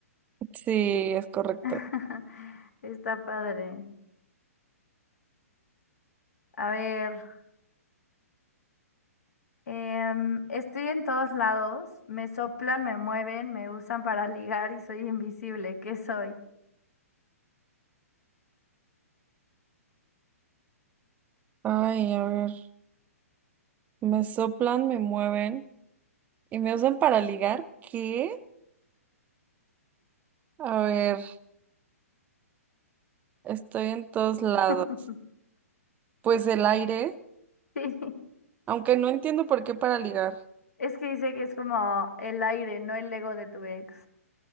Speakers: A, on the right (about 20°); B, on the left (about 80°).
A: Sí, es correcto.
B: <laughs> Está padre. A ver. Em, estoy en todos lados, me soplan, me mueven, me usan para ligar y soy invisible. ¿Qué soy?
A: Ay, a ver. Me soplan, me mueven y me usan para ligar. ¿Qué? A ver, estoy en todos lados.
B: <laughs>
A: Pues el aire,
B: Sí,
A: aunque no entiendo por qué para ligar.
B: es que dice que es como el aire, no el ego de tu ex.